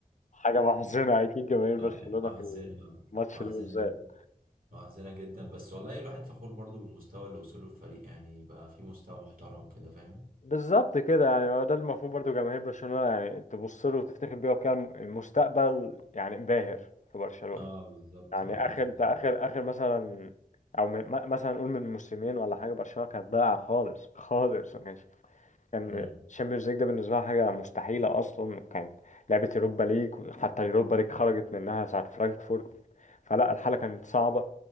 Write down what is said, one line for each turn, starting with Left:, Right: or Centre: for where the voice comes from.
Left: حاجة محزنة <laughs> أكيد جماهير برشلونة
Right: آه، وأحزنة
Left: في الماتش
Right: وأحزنة
Left: ده بالذات
Right: جدا وأحزنة جدا بس والله الواحد فخور برضو بالمستوى اللي وصله الفريق يعني بقى في مستوى محترم كده فاهم
Left: بالظبط كده يعني ما هو ده المفروض برضو جماهير برشلونة يعني تبص له وتفتخر بيه وكان المستقبل يعني باهر في برشلونة
Right: اه بالظبط
Left: يعني
Right: اه
Left: آخر انت
Right: بالظبط
Left: آخر آخر مثلا أو م- م- مثلا نقول من موسمين ولا حاجة برشلونة كانت ضايعة خالص خالص ما كانش كان
Right: امم
Left: الشامبيونز ليج ده بالنسبه لها حاجه مستحيله اصلا وكانت لعبه اوروبا ليج حتى اليوروبا ليج خرجت منها ساعه فرانكفورت فلا الحاله كانت صعبه